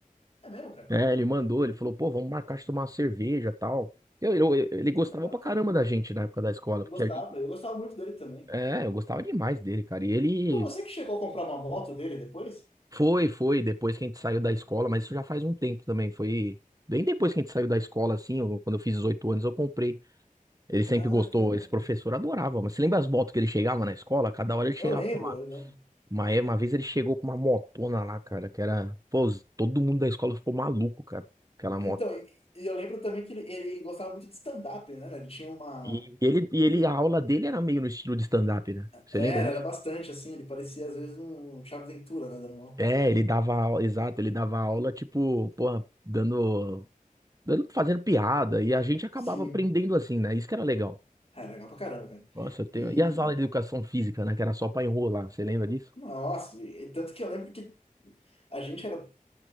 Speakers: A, on the left; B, on the right.
A: é mesmo, cara?
B: É, ele mandou, ele falou, pô, vamos marcar de tomar uma cerveja e tal. Eu, eu- eu- ele gostava
A: Pô, legal,
B: pra
A: cara.
B: caramba da gente na época da escola,
A: Eu
B: porque
A: gostava,
B: a gente.
A: eu gostava muito dele também.
B: É, eu gostava demais dele, cara. E ele
A: Foi você que chegou a comprar uma moto dele depois?
B: foi, foi, depois que a gente saiu da escola, mas isso já faz um tempo também. Foi bem depois que a gente saiu da escola, assim, eu- quando eu fiz 18 anos, eu comprei. Ele sempre
A: Ah,
B: gostou,
A: caramba.
B: esse professor adorava, mas você lembra as motos que ele chegava na escola? Cada hora ele
A: Eu
B: chegava.
A: lembro, eu lembro.
B: Uma, é- uma vez ele chegou com uma motona lá, cara, que era. Pô, os- todo mundo da escola ficou maluco, cara, aquela
A: Então,
B: moto.
A: e e eu lembro também que ele, ele gostava muito de stand-up, né? Ele tinha uma.
B: E ele, e
A: ele-
B: ele, a aula dele era meio no estilo de stand-up, né? Você
A: era,
B: lembra disso?
A: era bastante, assim, ele parecia às vezes um um Thiago Ventura, né? Dando uma-
B: É, ele dava aula, exato, ele dava aula, tipo, porra, dando, dando, fazendo piada, e a gente acabava
A: Sim.
B: aprendendo assim, né? Isso que era legal.
A: Ah, Era legal pra caramba, cara.
B: Nossa, eu tenho...
A: E.
B: E as aulas de educação física, né? Que era só pra enrolar, você lembra disso?
A: Nossa, e, e tanto que eu lembro que a gente era.